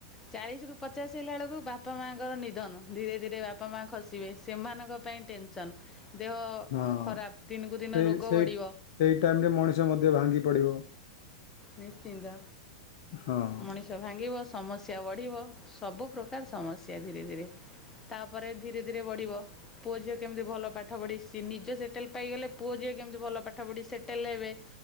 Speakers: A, on the left (about 15°); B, on the left (about 50°).
A: ଚାଳିଶ ରୁ ପଚାଶ ହେଲା ବେଳକୁ ବା ଙ୍କ ନିଧନ ଧୀରେ ଧୀରେ ବାପା ମା ଖସିବେ ସେମାନଙ୍କ ପାଇଁ ଟେନସନ। ଦେହ
B: ହଁ
A: ଖରାପ ଦିନକୁ ଦିନ
B: ସେଇ
A: ରୋଗ
B: ସେଇ
A: ବଢ଼ିବ।
B: ସେଇ ଟାଇମରେ ମଣିଷ ମଧ୍ୟ ଭାଙ୍ଗି ପଡ଼ିବ।
A: ନିଶ୍ଚିନ୍ତ
B: ହଁ।
A: ମଣିଷ ଗଛ ଭାଙ୍ଗିବ ସମସ୍ୟା ବଢ଼ିବ ସବୁ ପ୍ରକାର ସମସ୍ୟା ଧୀରେ ଧୀରେ ତାପରେ ଧୀରେ ଧୀରେ ବଢ଼ିବ। ପୁଅ ଝିଅ କେମିତି ଭଲ ପାଠ ପଢ଼ି ସିଏ ନିଜ ସେଟେଲ ପାଇଗଲେ ପୁଅ ଝିଅ କେମିତି ଭଲ ପାଠ ପଢ଼ି ସେଟେଲ ହେବେ।